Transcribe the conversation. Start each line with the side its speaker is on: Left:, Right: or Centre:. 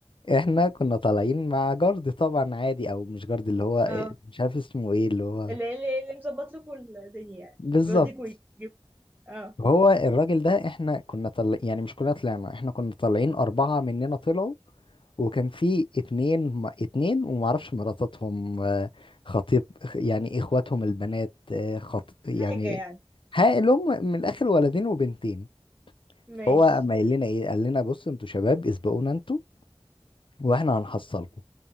Left: احنا كنا طالعين مع جارد طبعا عادي او مش جارد اللي هو إيه،
Right: اه
Left: مش عارف اسمه ايه اللي هو
Right: اللي اللي, اللي مظبط لكم الدنيا يعني
Left: بالظبط
Right: بيوديكوا ويجيبكوا اه
Left: هو الراجل ده احنا كنا طل... يعني مش كلنا طلعنا احنا كنا طالعين أربعة مننا طلعوا وكان في اتنين م- اتنين ومعرفش مراتاتهم آه، خطيب يعني اخواتهم البنات آه، خط
Right: حاجة
Left: يعني
Right: يعني
Left: ها اللي هم من الاخر ولدين وبنتين
Right: ماشي
Left: فهو اما قال لنا ايه قال لنا بصوا انتوا شباب اسبقونا انتوا واحنا هنحصلكم